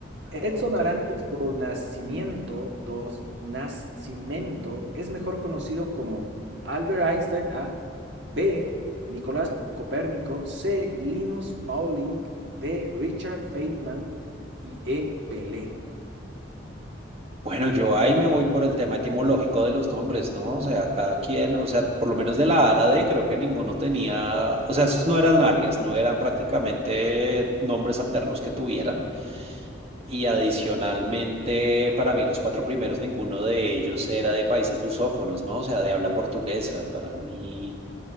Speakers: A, on the right; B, on the right.
A: Edson
B: Ok.
A: Arantes do Nascimento, dos Nascimento, es mejor conocido como Albert Einstein A, B, Nicolás Copérnico, C, Linus Pauling, D, Richard Feynman y E, Pelé.
B: Bueno, yo ahí me voy por el tema etimológico de los nombres, ¿no? O sea, cada quien, o sea, por lo menos de la A a la D, creo que ninguno tenía, o sea, esos no eran alias, no eran prácticamente nombres alternos que tuvieran. Y adicionalmente, para mí, los cuatro primeros, ninguno de ellos era de países lusófonos, ¿no? O sea, de habla portuguesa. Para mí,